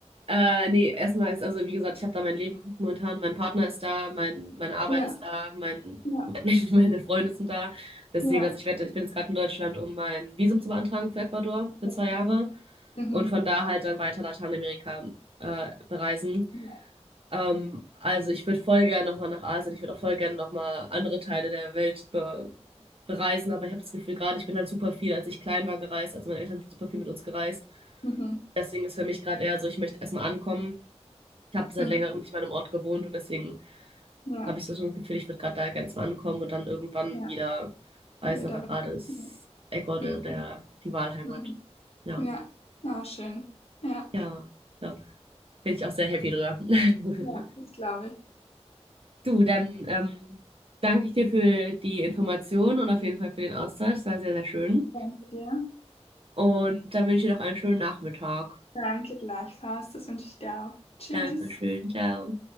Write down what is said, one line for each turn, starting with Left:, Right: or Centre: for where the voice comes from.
Right: Äh, nee, erstmal ist, also wie gesagt, ich habe da mein Leben momentan, mein Partner ist da, mein, meine Arbeit
Left: Ja,
Right: ist da, mein,
Left: ja,
Right: mein, <laughs> meine Freunde sind da. Deswegen,
Left: ja.
Right: also ich werde, ich bin jetzt gerade in Deutschland, um mein Visum zu beantragen für Ecuador für
Left: ja.
Right: zwei Jahre
Left: Mhm.
Right: und von da halt dann weiter Lateinamerika äh, bereisen.
Left: Ja.
Right: Ähm, also ich würde voll gerne nochmal nach Asien, ich würde auch voll gerne nochmal andere Teile der Welt be bereisen, aber ich habe das Gefühl, gerade ich bin halt super viel, als ich klein war, gereist, also meine Eltern sind super viel mit uns gereist.
Left: Mhm.
Right: Deswegen ist für mich gerade eher so, ich möchte erstmal ankommen ich habe seit
Left: Mhm.
Right: längerem nicht mehr an einem Ort gewohnt und deswegen
Left: Ja.
Right: habe ich so ein Gefühl, ich würde gerade da ganz mal ankommen und dann irgendwann
Left: Ja,
Right: wieder reisen.
Left: wilder
Right: Aber
Left: Westen.
Right: gerade ist Ecuador
Left: Ja. Mhm.
Right: der, die Wahlheimat.
Left: Mhm.
Right: Ja,
Left: Ja, ah, schön. Ja,
Right: ja, da bin ich auch sehr happy drüber. <laughs>
Left: ja, das glaube ich.
Right: Du, dann ähm, danke ich dir für die Informationen und auf jeden Fall für den Austausch. Es war sehr, sehr schön.
Left: Danke dir.
Right: Und dann wünsche ich dir noch einen schönen Nachmittag.
Left: Danke gleichfalls. Das wünsche ich dir auch. Tschüss.
Right: Dankeschön, ciao.